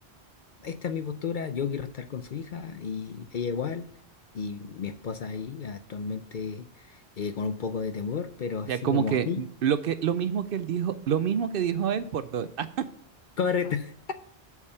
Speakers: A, on the left; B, on the right.
A: esta es mi postura, yo quiero estar con su hija y ella igual, y mi esposa ahí actualmente eh, con un poco de temor, pero así
B: Ya como
A: como
B: que
A: así,
B: mm, lo que lo mismo que él dijo, lo mismo que dijo él por dos. Ah,
A: correcto, <laughs>